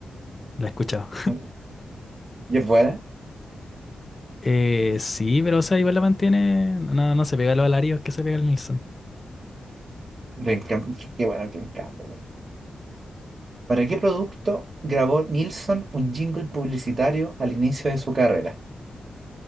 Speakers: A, on the left; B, on the right.
A: la he escuchado.
B: No, ¿Y es buena?
A: Eh, sí, pero o sea, igual la mantiene. No, no se pega a los alarios que se pega el Nilsson.
B: Glenn Cam- qué qué bueno Glenn Campbell. ¿Para qué producto grabó Nilsson un jingle publicitario al inicio de su carrera?